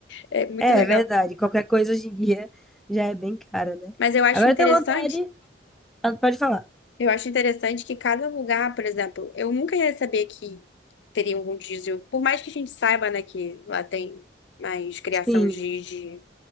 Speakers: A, on the left; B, in the centre.
A: é muito
B: É
A: legal.
B: é verdade, qualquer coisa hoje em dia já é bem cara, né?
A: Mas eu acho
B: Agora
A: interessante,
B: eu tenho vontade. Ah, Pode falar.
A: eu acho interessante que cada lugar, por exemplo, eu nunca ia saber que teria um rodízio. Por mais que a gente saiba, né, que lá tem mais criação
B: Sim,
A: de, de